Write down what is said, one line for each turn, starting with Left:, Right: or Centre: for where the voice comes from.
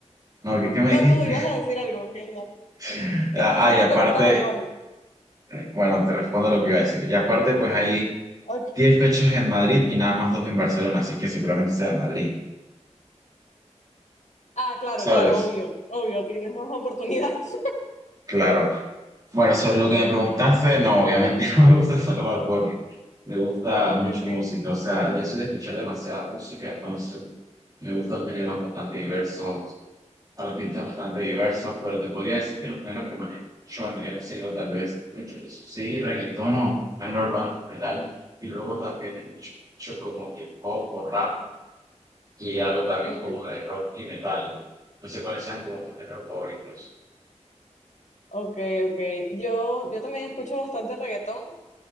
Right: No, ¿qué, qué
Left: No,
Right: me dijiste?
Left: tú ibas a decir algo, que,
Right: <laughs> Ah,
Left: que si solo
Right: y aparte,
Left: te gusta Bad Bunny.
Right: eh, bueno, te respondo lo que iba a decir. Y aparte, pues ahí
Left: Ok.
Right: 10 fechas en Madrid y nada más dos en Barcelona, así que seguramente sea en Madrid,
Left: Ah, claro,
Right: ¿sabes?
Left: claro, obvio, obvio, tienes más oportunidades. <laughs>
Right: Claro. Bueno, sobre lo que me preguntaste, no, obviamente <laughs> no me gusta solo Bad Bunny. Me gusta mucho
Left: Okay,
Right: música, o sea, yo soy de escuchar demasiada música, entonces me gustan géneros bastante diversos, artistas bastante diversos, pero te podría decir que los géneros que más yo vendría siendo tal vez, sí, reggaetón o género urbano en general, y luego también escucho como hip hop o rap, y algo también
Left: okay,
Right: como de rock y metal, ¿no? No sé cuáles sean como tus géneros favoritos.
Left: okay, okay. Yo, yo también escucho bastante reggaetón,